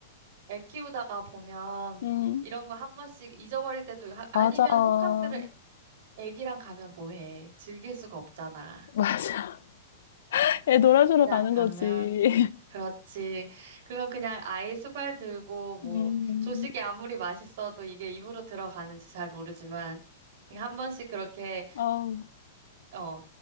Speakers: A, on the right (about 45°); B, on the left (about 70°).
A: 애 키우다가 보면
B: 음,
A: 이런 거 한 번씩 잊어버릴 때도 하- 아니면
B: 맞아. <laughs>
A: 호캉스를 애기랑 가면 뭐 해? 즐길 수가 없잖아.
B: 맞아. 애 놀아주러
A: 애기랑
B: 가는
A: 가면
B: 거지.
A: 그렇지. 그건 그냥 아이 수발 들고
B: <laughs>
A: 뭐
B: 음,
A: 조식이 아무리 맛있어도 이게 입으로 들어가는지 잘 모르지만 그냥 한 번씩 그렇게
B: 아우,
A: 어